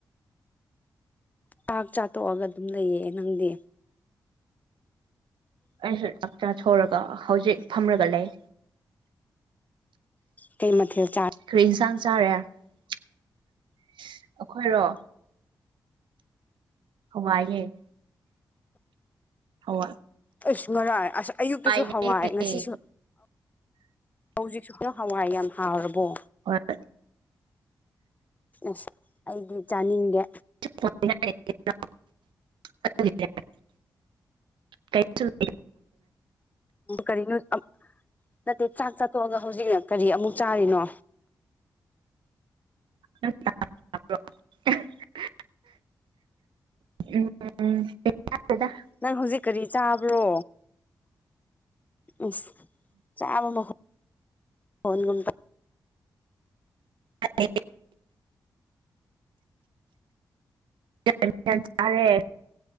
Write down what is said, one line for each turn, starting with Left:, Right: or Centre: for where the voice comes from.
Left: ꯆꯥꯛ ꯆꯥꯊꯣꯛꯑꯒ ꯑꯗꯨꯝ ꯂꯩꯌꯦ ꯅꯪꯗꯤ
Right: ꯑꯩꯁꯨ ꯆꯥꯛ ꯆꯥꯊꯣꯛꯔꯒ ꯍꯧꯖꯤꯛ ꯐꯝꯔꯒ ꯂꯩ
Left: ꯀꯩ ꯃꯊꯦꯜ ꯆꯥ
Right: ꯀꯔꯤ ꯏꯟꯁꯥꯡ ꯆꯥꯔꯦ ꯑꯩꯈꯣꯏꯔꯣ ꯍꯋꯥꯢꯌꯦ ꯍꯋꯥ
Left: ꯑꯁ ꯉꯔꯥꯡ ꯑꯁ ꯑꯌꯨꯛꯇꯁꯨ
Right: ꯍꯋꯥꯏꯅꯦ
Left: ꯍꯋꯥꯏ ꯉꯁꯤꯁꯨ ꯍꯧꯖꯤꯛ ꯅꯪ ꯍꯋꯥꯏ ꯌꯥꯝ ꯍꯥꯎꯔꯕꯣ
Right: INAUDIBLE
Left: ꯑꯁ ꯑꯩꯗꯤ ꯆꯥꯅꯤꯡꯗꯦ
Right: UNINTELLIGIBLE
Left: ꯀꯔꯤꯅꯣ ꯅꯠꯇꯦ ꯆꯥꯛ ꯆꯥꯊꯣꯛꯑꯒ ꯍꯧꯖꯤꯛꯅ ꯀꯔꯤ ꯑꯃꯨꯛ ꯆꯥꯔꯤꯅꯣ
Right: <inaudible> INAUDIBLE
Left: ꯅꯪ ꯍꯧꯖꯤꯛ ꯀꯔꯤ ꯆꯥꯕ꯭ꯔꯣ ꯢꯁ ꯆꯥꯕ ꯃꯈꯣꯟꯒꯨꯝꯕ
Right: INAUDIBLE UNINTELLIGIBLE ꯆꯔꯦ